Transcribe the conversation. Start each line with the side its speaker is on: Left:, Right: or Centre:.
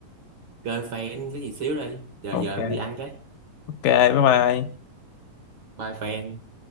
Right: chơi fan cái gì xíu đây giờ
Left: ok
Right: giờ tôi đi ăn cái
Left: ok bye bye
Right: bye fan